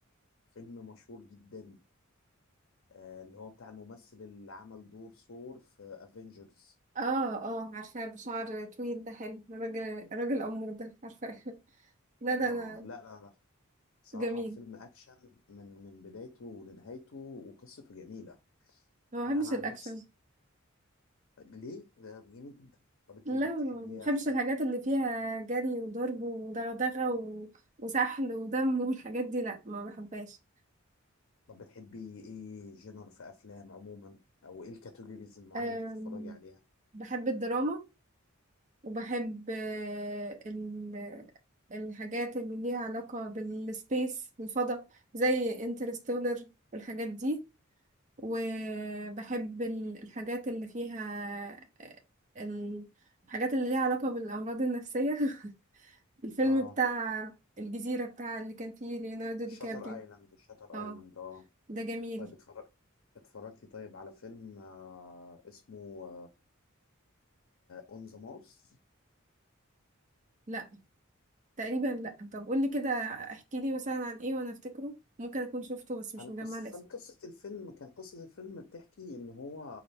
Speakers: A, on the left; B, on the right.
A: فيلم مشهور جدا آه، اللي هو بتاع الممثل اللي عمل دور ثور في افنجرز
B: اه اه عارفاه بشعر طويل ده حلو راجل راجل
A: اه
B: أمور ده عارفاه <laughs> لا ده
A: اه
B: أنا
A: لا لا لا صراحة
B: جميل
A: فيلم أكشن من من بدايته لنهايته وقصته جميلة
B: ما
A: يعني
B: بحبش
A: أنا عن
B: الأكشن
A: نفسي ليه؟ ده جميل جدا طب أنت
B: لا
A: بتحبي
B: ما
A: إيه
B: بحبش
A: أفلام؟
B: الحاجات اللي فيها جري وضرب ودغدغة و... وسحل ودم <laughs> والحاجات دي لا ما بحبهاش
A: طب بتحبي إيه جنر في أفلام عموما؟ أو إيه الكاتيجوريز المعينة
B: أم...
A: اللي بتتفرجي عليها؟
B: بحب الدراما وبحب آه، ال... الحاجات اللي ليها علاقة بالسبيس الفضاء زي انترستولر والحاجات دي وبحب ال- الحاجات اللي فيها ال- الحاجات اللي ليها علاقة بالأمراض النفسية <laughs> الفيلم
A: آه
B: بتاع الجزيرة بتاع اللي كان فيه ليوناردو دي
A: شاتر
B: كابريو
A: أيلاند شاتر
B: اه
A: أيلاند آه
B: ده جميل
A: طيب اتفرج اتفرجتي طيب على فيلم آه اسمه أون ذا مارس
B: لا تقريبا لا طب قولي كده احكي لي مثلا عن ايه وانا افتكره ممكن اكون شفته بس مش
A: كان
B: مجمعة
A: قصة
B: الاسم
A: كان قصة الفيلم كان قصة الفيلم بتحكي إن هو